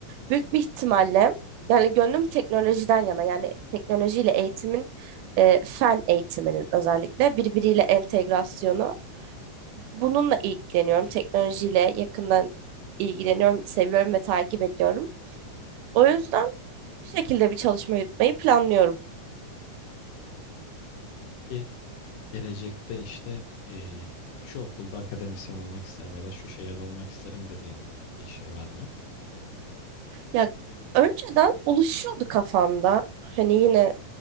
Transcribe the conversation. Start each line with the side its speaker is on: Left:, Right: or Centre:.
Right: büyük bir ihtimalle yani gönlüm teknolojiden yana yani teknolojiyle eğitimin e, fen eğitiminin özellikle birbiriyle entegrasyonu bununla ilgileniyorum. Teknolojiyle yakından ilgileniyorum, seviyorum ve takip ediyorum. O yüzden bu şekilde bir çalışma yürütmeyi planlıyorum.
Left: Ki gelecekte işte eee, şu okulda akademisyen olmak isterim ya da şu şehirde olmak isterim dediğin bir şey var mı?
Right: Ya önceden oluşuyordu kafamda. Hani yine